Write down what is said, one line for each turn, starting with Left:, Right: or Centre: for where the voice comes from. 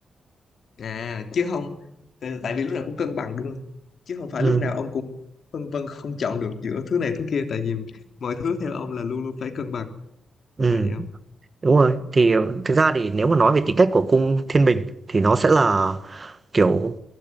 Left: à chứ không tại, tại vì lúc nào cũng cân bằng đúng không chứ không phải
Right: Ừ,
Left: lúc nào ông cũng phân vân không chọn được giữa thứ này thứ kia tại vì mọi thứ theo ông là luôn luôn phải cân bằng có
Right: ừm,
Left: phải vậy không
Right: đúng rồi. Thì thực ra thì nếu mà nói về tính cách của cung Thiên Bình thì nó sẽ là, kiểu,